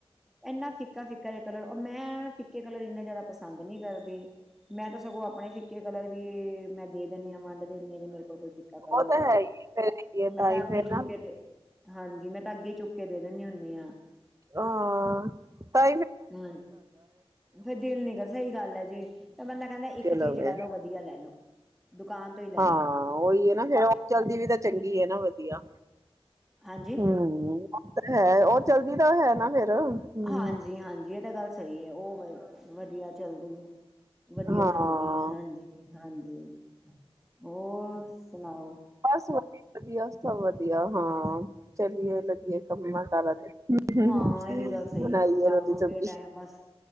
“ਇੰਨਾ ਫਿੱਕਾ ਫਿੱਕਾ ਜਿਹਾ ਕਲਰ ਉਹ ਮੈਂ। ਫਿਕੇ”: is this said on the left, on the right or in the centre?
Centre